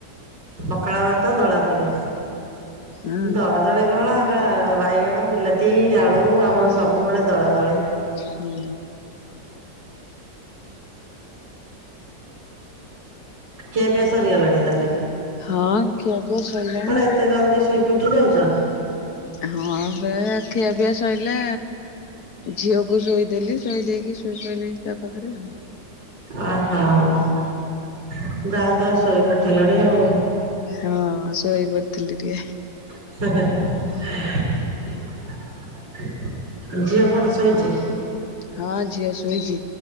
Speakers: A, on the right (about 85°); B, on the left (about 60°).
A: ପଖାଳ ଭାତ ଦଳାଦଳି।
B: ହଁ
A: ଦଳା ଦଳି କଣ କା ବାଇଗଣ, ବିଲାତି, ଆଳୁ ଆମର ସବୁବେଳେ ଦଳାଦଳି।
B: ହୁଁ।
A: ଖିଆପିଆ ସରିଗଲାଣି ତାହେଲେ?
B: ହଁ ଖିଆପିଆ ସଇଲାଣି।
A: କଣ ଏତେ ଜଲ୍ଦି ସୋଇକି ଉଠିଯାଉଛ?
B: ହଁ ପେ ଖିଆପିଆ ସଇଲା। ଝିଅକୁ ଶୋଇଦେଲି ଶୋଇ ଦେଇକି ଶୋଇପଇଲି ତା ପାଖରେ ଆଉ।
A: ଆହା ଯା ହୋଉ ତମେ ଶୋଇକି ଉଠିଲଣି ଆଉ।
B: ହଁ ଶୋଇ ପଡ଼ିଥିଲି ଟିକେ।
A: <unintelligible> ଝିଅ କଣ ଶୋଇଛି।
B: ହଁ ଝିଅ ଶୋଇଛି